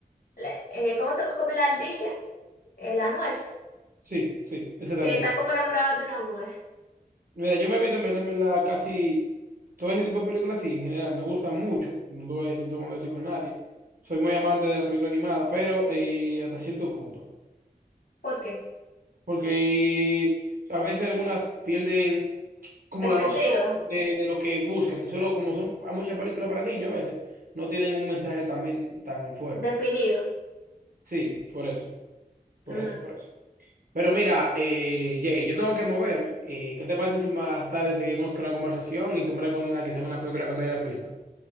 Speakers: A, on the left; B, on the right.
A: la- eh, ¿cómo esto que come la ardilla? Eh, la nuez,
B: sí, sí, ese también.
A: que está como enamorado de una nuez.
B: Mira, yo me he visto en verdad, en verdad, casi todo ese tipo de películas, sí, en general, me gustan mucho. No te voy a decir, no te voy a decir con nadie. Soy muy amante de la película animada, pero eh, hasta cierto punto.
A: ¿Por qué?
B: Porque eh, a veces algunas pierden como
A: El
B: la
A: sentido,
B: noción de, de lo que buscan. Y solo como son muchas películas para niños a veces, no tienen un mensaje también tan fuerte.
A: definido.
B: Sí, por eso, por
A: Mm,
B: eso, por eso. Pero mira, eh, Jay, yo tengo que moverme. Eh, ¿qué te parece si más tarde seguimos con la conversación y tú me recomiendas quizá una película que tú hayas visto?